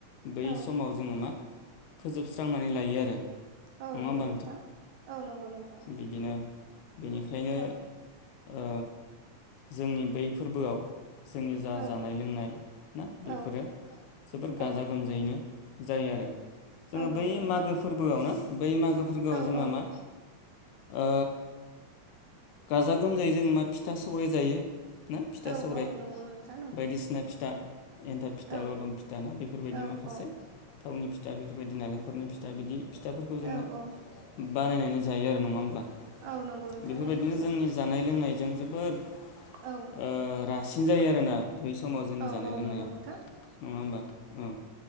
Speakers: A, on the left (about 75°); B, on the right (about 75°).
A: बै
B: औ
A: समाव। जोङो मा फोजोबस्रांनानै लायो आरो।
B: औ
A: नङा
B: नंगौ
A: होमबा
B: नोंथां औ नंगौ नोंथां।
A: बिदिनो बेनिखायनो
B: औ
A: ओ जोंनि बै फोरबोआव जोंनि जा
B: औ
A: जानाय लोंनाय ना
B: औ
A: बेफोरो जोबोद
B: औ
A: गाजा गोमजायैनो जायो आरो। जोङो
B: औ नंगौ
A: बै
B: नोंथां
A: मागो फोरबोआव ना बै मागो फोरबोआव
B: औ
A: जोंहा
B: औ
A: मा ओ गाजा गोमजायै जों मा फिथा सौराइ जायो। ना फिथा
B: औ
A: सौराइ।
B: औ नंगौ नोंथा नंगौ।
A: दिसिना फिथा एन्थाब फिथा
B: औ
A: लावदुम फिथा ना बेफोरबायदि
B: औ
A: माखासे
B: औ
A: थावनि फिथा बेफोरबायदि नालेंखरनि फिथा बिदि फिथाफोरखौ जोङो
B: औ औ
A: बानायनानै जायो आरो नङा होमब्ला
B: औ नंगौ नोंथां
A: बेफोरबायदिनो
B: नंगौ जायो
A: जोंनि जा नाय लोंनायजों जोबोद
B: औ
A: ओ रासिन जायो आरोना। बै समाव जोंनि
B: औ
A: जानाय
B: औ
A: लोंनाया
B: नंगौ नोंथां
A: नङा होमबा औ।